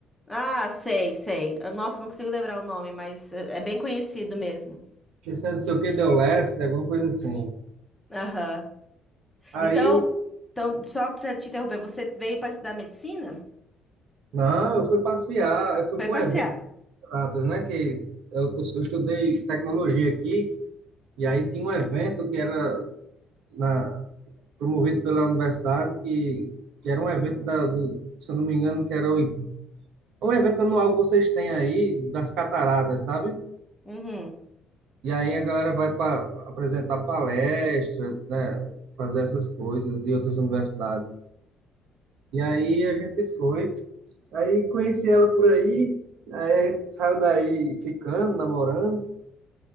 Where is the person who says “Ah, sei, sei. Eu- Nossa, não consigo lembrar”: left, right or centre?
Centre